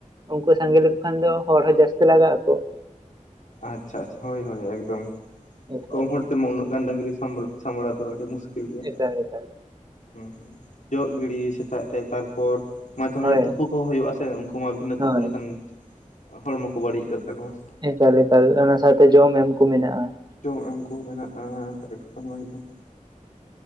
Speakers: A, on the right (about 30°); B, on the left (about 70°).
A: ᱩᱱᱠᱩ ᱥᱟᱸᱜᱮ ᱞᱮᱠᱚ ᱠᱷᱟᱱ ᱫᱚ ᱦᱚᱲ ᱦᱚᱸ ᱡᱟᱹᱥᱛᱤ ᱞᱟᱜᱟᱜ ᱟᱠᱚ ᱾
B: ᱟᱪᱪᱷᱟ ᱟᱪᱪᱷᱟ ᱦᱳᱭ ᱦᱳᱭ ᱮᱠᱫᱚᱢ
A: ᱮᱠᱟᱞ
B: ᱠᱚᱢ ᱦᱚᱲ ᱛᱮᱢᱟ ᱩᱱᱟᱹᱜ ᱜᱟᱱ ᱰᱟᱹᱜᱝᱨᱤ ᱥᱟᱢ ᱥᱟᱢᱵᱲᱟᱣ ᱫᱚ ᱟᱹᱰᱤ ᱢᱩᱥᱠᱤᱞ ᱢᱩᱠᱤᱞ ᱜᱮᱭᱟ
A: ᱮᱠᱟᱞ
B: ᱥᱮ
A: ᱮᱠᱟᱞ
B: ᱦᱸ ᱦᱸ ᱡᱚᱜ ᱜᱤᱲᱤ ᱥᱮᱛᱟᱜ ᱛᱮ ᱛᱟᱨᱯᱚᱨ ᱢᱟᱡᱷᱮ ᱢᱟᱡᱷᱮ
A: ᱦᱳᱭ
B: ᱛᱩ ᱠᱚᱦᱚᱸ ᱦᱩᱭᱩᱜᱼᱟ ᱥᱮ ᱾ ᱩᱱᱠᱩ ᱢᱟ ᱵᱷᱤᱱᱟᱹ ᱛᱩᱯᱩ
A: ᱦᱳᱭ
B: ᱞᱮᱠᱷᱟᱱ ᱦᱚᱲᱢᱚ ᱠᱚ ᱵᱟᱹᱲᱤᱡᱚᱜ ᱛᱟᱠᱚᱣᱟ ᱾
A: ᱮᱠᱟᱞ ᱮᱠᱟᱞ ᱚᱱᱟ ᱥᱟᱶᱛᱮ ᱡᱚᱢ ᱮᱢ ᱠᱚ ᱢᱮᱱᱟᱜᱼᱟ ᱾
B: ᱡᱚᱢ ᱮᱢ ᱠᱚᱦᱚᱸ ᱢᱮᱱᱟᱜᱼᱟ ᱮᱠᱫᱚᱢ ᱮᱠᱫᱚᱢ ᱾